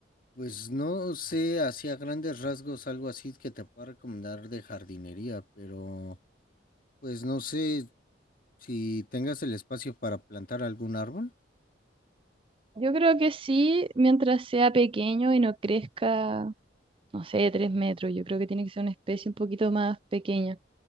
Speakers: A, on the left; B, on the right.
A: Pues no sé, así a grandes rasgos, algo así que te pueda recomendar de jardinería, pero pues no sé Si tengas el espacio para plantar algún árbol.
B: Yo creo que sí, mientras sea pequeño y no crezca, no sé, tres metros, yo creo que tiene que ser una especie un poquito más pequeña.